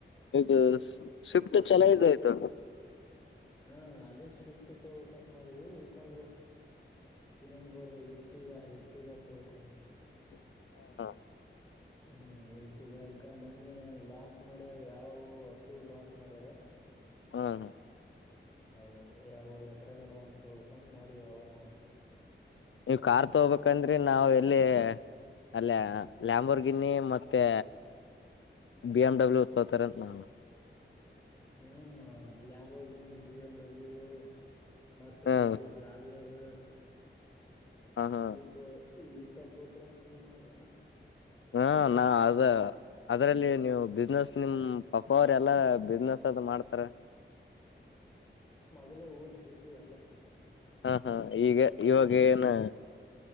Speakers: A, on the left (about 80°); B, on the left (about 15°).
A: ಇದು ಸ್ವಿಫ್ಟ ಚಾಲೂ
B: ಮತ್ತ
A: <unintelligible> ಆಯಿತು
B: ಹಾ ಅದೇ ಸ್ವಿಫ್ಟ್ ತೊಗಕ್ಂತ ಮಾಡಿವಿ ಇಲ್ಕಂದ್ರ ಇನ್ನೊಂದ್ ಬಾರದ ಇರಟಿಗ ಇರಟಿಗ ತೊಗಕ್ಂದ
A: ಹ್ಮ ಹಾ
B: ಹ್ಮ್ ಇಲ್ ಟೀಗಿ ಇಲ್ಕ ಮನ್ನಿ ಲಾಂಚ್ ಮಾಡ್ಯರ ಯಾವೋ ಹಸು ಲಾಂಚ್ ಮಾಡ್ಯಾರ
A: ಹಾ ಹಾ
B: ಹೌದ ಏ ಯಾವವು ಯದ್ರಾಗೆನೋ ಒಂದು ಸಂಘ ಮಾಡಿ ಯಾವನ ಒಂದು
A: ನೀವು ಕಾರ್ ತಗೋಬೇಕಂದ್ರಿ ನಾವು ಈಲ್ಲಿ ಅಲ್ಲ ಲ್ಯಂಬರ್ ಗಿನ್ನಿ ಮತ್ತೆ ಬಿ ಎಮ ಡಬ್ಲ್ಯೂ ತೋತಾರಂತ ನೋಡ್
B: ಹ್ಮ Lamborghini B M W ಮರ್ಸಡೀಸ್
A: ಹ್ಮ್
B: ಜಾಗವರ್
A: ಹ ಹಾ
B: ಇವತ್ತು ಹಿಂತವ ತೋತ್ರಂತ ನೀವ್ ಮಾಡ್ರಿರೆನ
A: ಹಾ ನಾ ಅದ ಅದ್ರಲ್ಲಿ ನೀವು ಬಿಸ್ನೆಸ್ ನಿಮ್ ಪಪ್ಪಾ ಅವ್ರ ಎಲ್ಲಾ ಬಿಸ್ನೆಸ್ ಅದ ಮಾಡ್ತಾರ
B: ಈಲ್ಲೇ ಓಡ್ಸ ಬಿಟ್ಟಿವಿ ಏಲ್ಲ
A: ಹಾ ಹಾ ಈಗ ಇವಾಗ ಏನ